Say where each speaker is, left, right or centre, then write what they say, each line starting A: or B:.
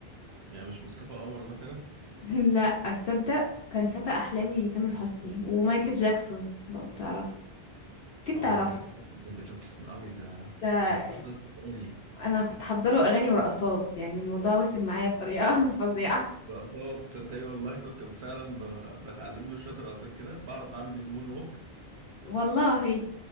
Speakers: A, on the right; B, on the left.
A: يعني مش مصطفى قمر مثلا
B: <laughs> لا اصدق كان فتى احلامي تامر حسني ومايكل جاكسون لو تعرف اكيد
A: اه
B: تعرف
A: أنا كنت بحب مايكل جاكسون قوي ده
B: ده
A: ده أنا كنت حافظ أغاني
B: انا كنت حافظه له اغاني ورقصات يعني الموضوع وصل معايا بطريقه <laughs> فظيعه
A: رقصات تصدقي والله كنت فعلا ب... بتعلم له شوية رقصات كده بعرف أعمل المون ووك
B: والله